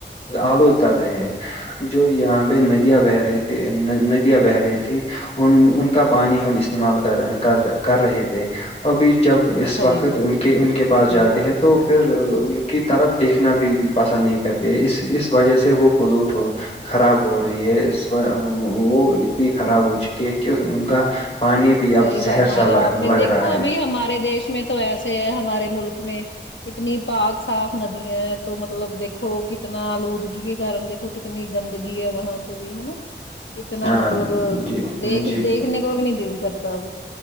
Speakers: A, on the left; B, on the left.
A: آلود کر رہے ہیں جو یہاں پہ ندیاں بہ رہی تھی ندیاں بہ رہی تھی ان ان کا پانی ہم استعمال کر کر رہے تھے ابھی جب اس
B: صحیح
A: وقت
B: بات
A: ان کے
B: ہے
A: ان کے پاس جاتے
B: ہوں
A: ہیں تو پھر ان کی طرف دیکھنا بھی پسند نہیں کرتے اس اس وجہ سے وہ پلیوٹ ہو خراب ہو رہی ہے اس وہ اتنی خراب ہو چکی ہے کہ ان کا پانی بھی اب
B: صحیح
A: زہر
B: فرمایا
A: سا لگ
B: آپ نے
A: لگ
B: دیکھو
A: رہا ہے
B: ابھی ہمارے دیش میں تو ایسے ہے ہمارے ملک میں اتنی پاک صاف ندیاں ہیں تو مطلب دیکھو کتنا آلودگی کے کارن دیکھو تو کتنی گندگی ہے وہاں پہ بھی ہے نا اتنا
A: ہاں
B: مطلب
A: جی
B: دیکھ
A: جی
B: دیکھنے کو بھی نہیں دل کرتا اب